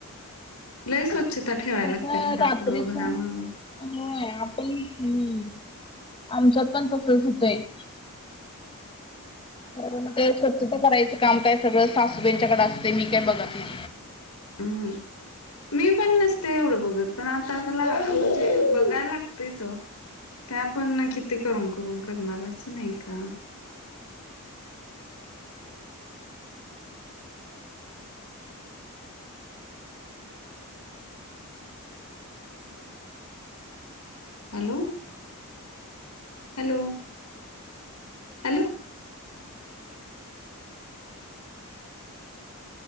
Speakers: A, on the left (about 80°); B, on the left (about 25°).
A: लय स्वच्छता ठेवायला
B: कसं
A: लागते, घरा
B: रात्रीच
A: पुुढं घरामागं.
B: होय आपण, हम् आमच पण तसच होतंय. तर मग ते स्वच्छता करायचं काम काय सगळं सासूबंच्याकडे असते मी काय बघत नाही.
A: हम्. मी पण नसते एवढं बघत, पण आता आ बघायला लागतच. त्या पण ना किती करून करून करणार असं नाही का? हॅलो? हॅलो? हॅलो?